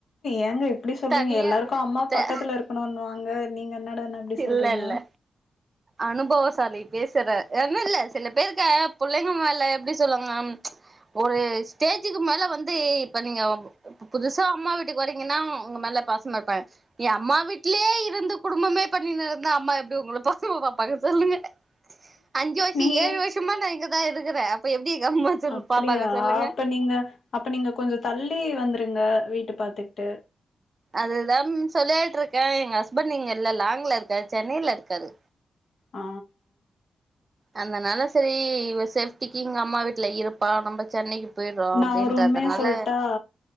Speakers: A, on the left; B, on the right.
A: ஏங்க இப்டி சொல்றீங்க
B: தனியா
A: எல்லாருக்கு அம்மா
B: த
A: பக்கத்துல இருக்கணுனுவாங்க நீங்க என்னடானா இப்டி சொல்றீங்க
B: இல்ல இல்ல அனுபவசாலி பேசுறே ஒன்னு இல்ல சில பேருக்க புள்ளைங்க மேல எப்டி சொல்லுவாங்ன்னா ஒரு ஸ்டேஜூக்கு மேல வந்து இப்ப நீங்க இப்ப புதுசா அம்மா வீட்டுக்கு வரீங்கன்னா உங்க மேல பாசமா இருப்பாங்க நீ அம்மா வீட்லயே இருந்து குடும்பமே பண்ணினு இருந்தா அம்மா எப்டி உங்கள பா சமா பாப்பாங்க சொல்லுங்க அஞ்சு வருஷோ
A: நீங்க
B: ஏழு
A: ஏ
B: வருஷமா நா இங்கதா இருக்குறே இப்ப எப்டி எங்கம்மா சொல்லு
A: அப்டியா
B: பாப்பாங்க சொல்லுங்க
A: அப்ப நீங்க அப்ப நீங்க கொஞ்சோ தள்ளி வந்துருங்க வீட்டு பாத்துட்டு
B: அதுதாம் சொல்லியாயிட்டு இருக்கே எங் ஹஸ்பண்ட் இங்க இல்ல லாங்ல இருக்கார் சென்னையில இருக்காரு
A: ஆ
B: அந்தனால சரி சேஃப்டிக்கு இங்க அம்மா வீட்ல இருப்பா நம்ப சென்னைக்கு போயிறோ
A: நா
B: அப்டின்றதுனால
A: ஒரு உண்மைய சொல்ட்டா